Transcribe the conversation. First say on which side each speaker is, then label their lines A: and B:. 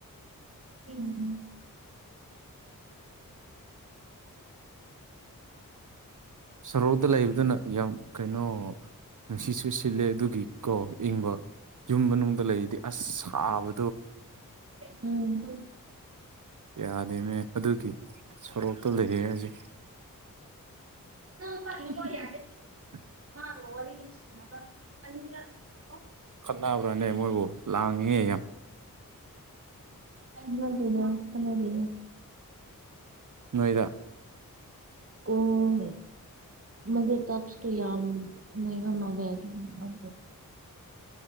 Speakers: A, on the right; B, on the right.
A: ꯎꯝ ꯎꯝ꯫
B: ꯁꯔꯣꯛꯗ ꯂꯩꯕꯗꯨꯅ ꯌꯥꯝ ꯀꯩꯅꯣ꯫ ꯅꯨꯡꯁꯤꯠꯁꯨ ꯁꯤꯜꯂꯦ ꯑꯗꯨꯒꯤ ꯀꯣ ꯏꯪꯕ ꯌꯨꯝ ꯃꯅꯨꯡꯗꯅꯨꯡꯗ ꯂꯩꯗꯤ ꯑꯁ ꯁꯥꯕ꯫
A: ꯎꯝ꯫
B: ꯌꯥꯗꯦꯅꯦ ꯑꯗꯨꯒꯤ ꯁꯣꯔꯣꯛꯇꯣ ꯂꯩꯌꯦ ꯍꯧꯖꯤꯛ꯫
A: <unintelligible>
B: <inaudible>
A: <unintelligible>
B: ꯈꯠꯅꯕ꯭ꯔꯥꯅꯦ ꯃꯣꯏꯕꯨ ꯂꯥꯡꯉꯦ ꯌꯥꯝ꯫
A: ꯍꯒꯗ ꯍꯒꯗ꯫
B: ꯅꯣꯏꯗ꯫
A: ꯑꯣ꯫ ꯃꯗꯨ ꯇꯞꯁꯇꯣ ꯌꯥꯝ ꯃꯔ ꯃꯥꯒ ꯑꯗꯨ꯫